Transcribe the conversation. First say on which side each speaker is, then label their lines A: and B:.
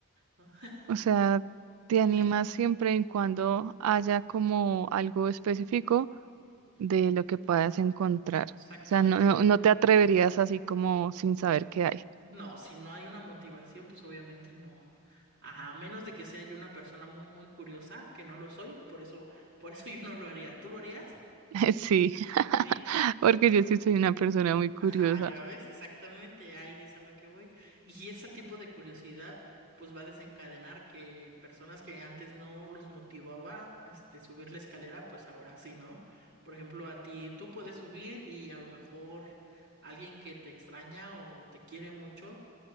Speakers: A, on the right; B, on the right.
A: <laughs>
B: o sea, te animas
A: Mi,
B: siempre y cuando haya como algo específico
A: <laughs>
B: de lo que puedas encontrar.
A: exactamente.
B: O sea, no, no, no te atreverías así como sin saber qué hay.
A: No, si no hay una motivación, pues obviamente no. A menos de que sea yo una persona muy, muy curiosa, que no lo soy, por eso, por eso <laughs> yo no lo haría. ¿Tú lo harías?
B: <laughs> Sí, <laughs>
A: Sí.
B: porque yo sí soy una persona muy curiosa.
A: Ajá, ya ves, exactamente, ahí es a lo que voy. Y ese tipo de curiosidad, pues va a desencadenar que personas que antes no los motivaba, este, subir la escalera, pues ahora sí, ¿no? Por ejemplo, a ti, tú puedes subir y a lo mejor alguien que te extraña o te quiere mucho